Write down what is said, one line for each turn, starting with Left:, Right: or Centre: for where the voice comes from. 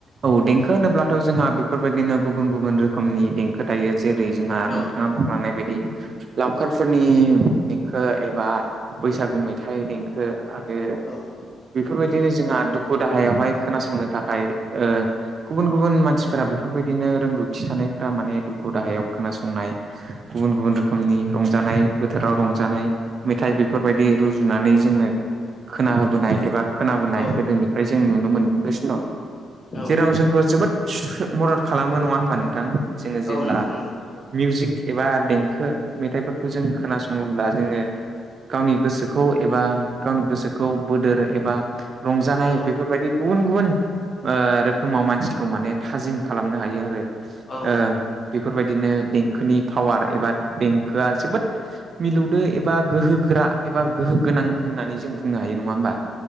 Right: औ देंखो होनोब्लाथ' जोंहा बेफोरबायदिनो गुबुन गुबुन रोखोमनि देंखो खोथायो जेरै जोंहा
Left: औ
Right: नोंथाङा बुंलांनाय बायदि लावखारफोरनि देंखो एबा बैसागु मेथाइ देंखो आदो
Left: औ
Right: बेफोरबायदिनो जोंहा दुख दुखु दाहायावहाय खोनासंनो थाखाय ओ गुबुन गुबुन मानसिफोरा बेफोरबायदि बिदिनो रोंगौथि थानायफ्रा माने दुखु दाहायाव खोनासंनाय गुबुन गुबुन रोखोमनि रंजानाय बोथोराव रंजानाय मेथाइ बेफोरबायदि रुजुनानै जोंनो खोन होबोनाय एबा खोनोनाय
Left: औ
Right: गोदोनिफ्राय जों नुनो मोनगासिनो दं
Left: औ
Right: जेराव जोंखौ जोबोद मदद खालामो नङा होमबा नोंथां जोङो जेब्ला
Left: औ नंगौ
Right: मिउजिक एबा देंखो मेथाइफोरखौ जों खोनासङोब्ला जोङो गावनि गोसोखौ एबा गावनि गोसोखौ बोदोर एबा रंजानाय
Left: औ
Right: बेफोरबायदि गुबुन गुबुन ओ रोखोमाव मानसिखौ माने थाजिम खालामनो हायो आरो
Left: औ
Right: ओ बेफोरबायदिनो देंखोनि पावार एबा देंखो आ जोबोद
Left: औ
Right: मिलौदो एबा गोहोगोरा एबा गोहो गोनां होननानै जों बुंनो हायो नङा होमबा